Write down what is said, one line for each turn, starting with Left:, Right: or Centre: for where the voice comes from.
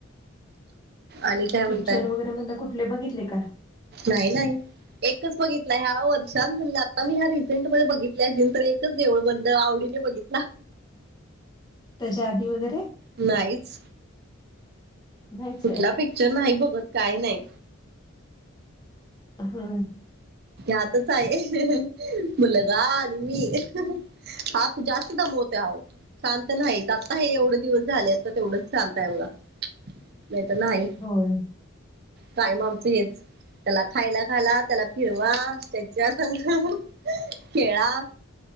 Right: आणि काय म्हणताय
Left: पिक्चर वगैरे म्हणल कुठले बघितले का?
Right: नाही नाही. एकच बघितलाय ह्या वर्षात म्हणलं आता मी ह्या रिसेंटम बघितल्या आशीन तर एक चं देवळ बंद आवडीने बघितला.
Left: त्याच्या आधी वगैरे
Right: नाहीच
Left: नाहीच
Right: कुठला
Left: आहे.
Right: पिक्चर नाही बघत काय नाही.
Left: हा.
Right: यातच आहे. मुलगा आणि मी. हा तर जास्त दमवतो अहो. शांत नाही. आता हे एवढे दिवस झालेत. तेवढंच चालतय बघा. नाही तर नाही.
Left: होय
Right: कायम आमचं हेच त्याला खायला घाला. त्याला फिरवा. त्याच्या संघ खेळा.